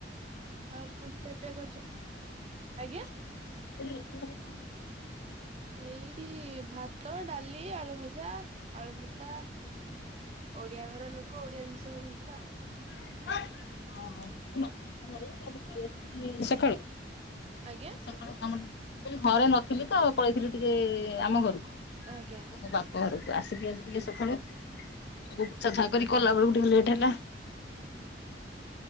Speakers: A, on the right (about 35°); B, on the left (about 65°).
A: ଆଉ କଣ କରଛ? ଆଜ୍ଞା।
B: କେ
A: ଏଇଠି ଭାତ ଡାଲି ଆଳୁ ଭଜା ଆଳୁ ଭର୍ତା। ଓଡିଆ ଘର ଲୋକ ଓଡିଆ ଜିନିଷ ହେଇଥିଲା ଆଉ।
B: ଓ ତମର କହି ଆସିବି ସକାଳୁ।
A: ଆଜ୍ଞା?
B: କ ଘରେ ନଥିଲି ତ ପଳେଇଥିଲି ଟିକେ ଆମ ଘରକୁ।
A: ଆଜ୍ଞା।
B: ମୋ ବାପ ଘରକୁ ଆସିକି ଆଜି ଟିକେ ସକାଳୁ
A: ଉଁ
B: ସବୁ
A: ହୁଁ
B: ପୋଛା ଛା କରି କଲା ବେଳକୁ ଟିକେ ଲେଟ୍ ହେଲା।
A: ଓ ହୋ